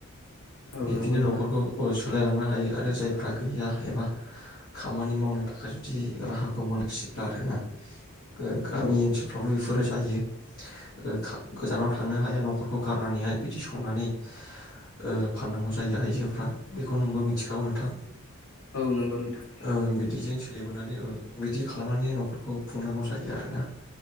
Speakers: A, on the left; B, on the left.
A: औ
B: बिब्दिनो
A: नंगौ नोंथां
B: न'खरखौ अस सोलायलांनो हायो आरो जायफ्रा गैया एबा खामानि मावनो थाखाय जुदि राहाखौ मोनसिब्ला आरोना ओ गामि
A: औ
B: ओनसोलफ्रावलि फु जायो गोजानाव थांनो हाया न'खरखौ गारनानैहाय बिदि संनानै ओ फाननांगौ जायो आइजोफ्रा बेखौ नोंबो मिथिखागौ नोंथां
A: औ नंगौ नोंथां।
B: ओ बिदिजों सोलिबोनानै ओ बिदि खालामनानै न'खरखौ खुंनांगौ जायो आरोना।